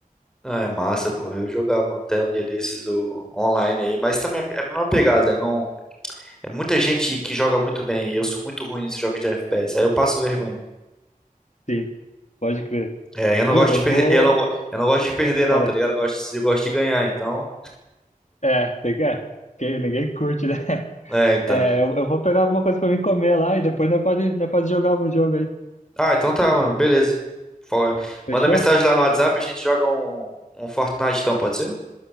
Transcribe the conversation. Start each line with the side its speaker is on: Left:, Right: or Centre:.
Centre: não, é massa, pô. Eu jogava até um dia desses o, online aí, mas também é a mesma pegada, não. É muita gente que joga muito bem, e eu sou muito ruim nesses jogos de FPS, aí eu passo vergonha.
Left: Sim, pode crer.
Centre: É, eu não
Left: Viu,
Centre: gosto de
Left: eu
Centre: perder,
Left: vou.
Centre: eu não, go- eu não gosto de perder não,
Left: Falei.
Centre: tá ligado? Eu gosto, de- eu gosto de ganhar, então.
Left: É, tem que, é, que ninguém curte, né? <laughs>
Centre: É, então.
Left: É, eu, eu vou pegar alguma coisa pra mim comer lá e depois nós pode, nós pode jogar algum jogo aí.
Centre: Ah, então tá, mano. Beleza. Fala-
Left: Fechou?
Centre: Manda mensagem lá no WhatsApp, a gente joga um, um Fortnite então, pode ser?